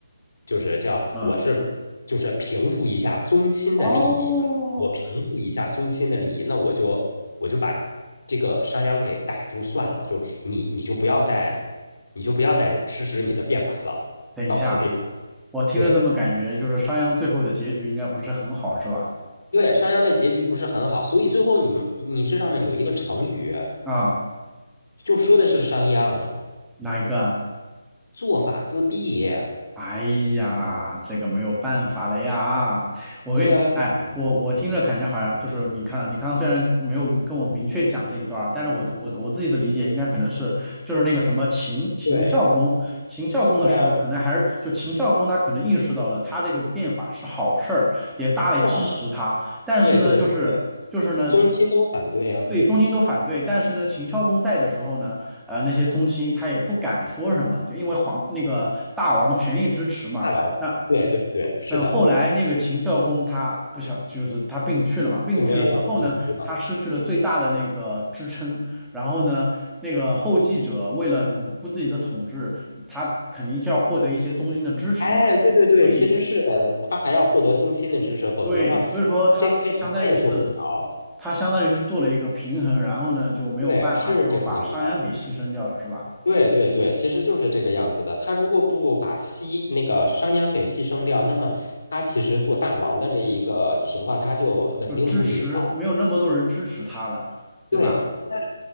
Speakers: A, on the left; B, in the centre.
A: 就是叫我是就是平复一下宗亲的利益啊，
B: 嗯。哦，
A: 我平复一下宗亲的利益，那我就我就把这个商鞅给逮住算了，就你你就不要再你就不要再实施你的变法了。
B: 等一下，
A: 到此为止。
B: 我听着这么感觉，
A: 对
B: 就是商鞅最后的结局应该不是很好，是吧？
A: 对，商鞅的结局不是很好，所以最后你们你知道吗？有一个成语
B: 啊，
A: 就说的是商鞅
B: 哪一个啊？
A: 做法自毙。
B: 哎呀，这个没有办法了呀！我跟你，
A: 对啊，
B: 哎，我我听着感觉好像就是你看，你刚刚虽然没有跟我明确讲这一段儿，但是我我我自己的理解应该可能是就是那个什么秦秦孝公，
A: 对
B: 秦孝公的时候，
A: 对啊，
B: 可能还是就秦孝公他可能意识到了他这个变法是好事儿，也大力支持他，
A: 是好的，
B: 但是呢，
A: 对对对，
B: 就是就是呢。
A: 宗亲都反对啊，
B: 对，东晋都反对，但是呢，秦孝公在的时候呢，呃，那些宗亲他也不敢说什么，就因为皇那个大王全力支持嘛。
A: 大佬，
B: 那
A: 对对对，是的，
B: 等后来那个秦孝公他不想，就是他病去了嘛，病去了之后呢，
A: 定位了，定居了。
B: 他失去了最大的那个支撑，然后呢，那个后继者为了巩固自己的统治，他肯定就要获得一些宗亲的支持嘛，
A: 哎，对对对，
B: 所以
A: 其实是的，他还要获得宗亲的支持，否则的话，
B: 对，所以说他相当于是。
A: 在这个位置他也做不了。
B: 他相当于是做了一个平衡，然后呢就没有办法，
A: 对，是这个样的。
B: 最后把商鞅给牺牲掉了，是吧？
A: 对对对，其实就是这个样子的。他如果不把西那个商鞅给牺牲掉，那么他其实做大王的这一个情况他就稳定不了。
B: 就支持，没有那么多人支持他了，对吧？
A: 对，那